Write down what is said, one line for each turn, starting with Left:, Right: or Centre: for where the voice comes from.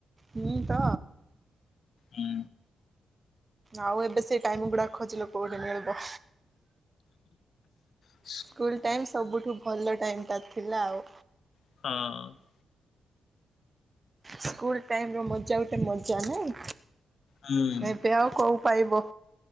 Right: ମୁଁ ତ
Left: ଉଁ
Right: ଆଉ ଏବେ ସେ ଟାଇମ୍ ଗୁଡା ଖୋଜିଲେ କୋଉଠି ମିଳିବ।
Left: ହୋ।
Right: ସ୍କୁଲ ଟାଇମ ସବୁଠୁ ଭଲ ଟାଇମ ଟ ଥିଲା ଆଉ।
Left: ହଁ।
Right: ସ୍କୁଲ ଟାଇମ ର ମଜା ଗୋଟେ ମଜା ନାଇଁ
Left: ହୁଁ।
Right: ଏେବେ ଆଉ କ ପାଇବ